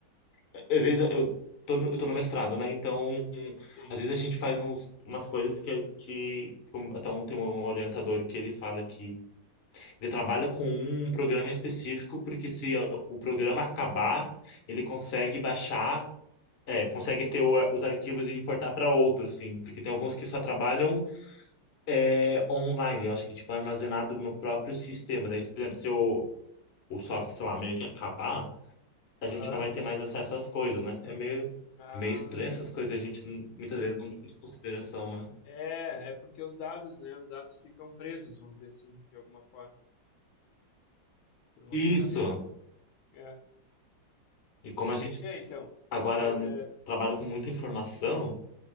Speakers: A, on the left; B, on the left.
A: às vezes eu tô no, eu tô no mestrado, né? Então,
B: sim.
A: às vezes a gente faz uns, umas coisas que a gente. como- Até um, tem um orientador que ele fala que ele trabalha com um programa específico, porque se o programa acabar, ele consegue baixar. É, consegue ter o- os arquivos e importar para outros, sim, porque tem alguns que só trabalham
B: Boa.
A: é, online, eu acho que tipo armazenado no próprio sistema. Daí, por exemplo, se o, o software, sei lá, meio que acabar, a
B: Aham.
A: gente não vai ter mais acesso às coisas, né? É meio,
B: Ah,
A: meio estranho essas coisas, a gente não- muitas vezes não tem em consideração, né?
B: é, é porque os dados, né? Os dados ficam presos, vamos dizer assim, de alguma forma, por uma
A: Isso.
B: ferramenta. É,
A: E como a gente
B: é então.
A: agora
B: Mas é,
A: trabalha com muita informação,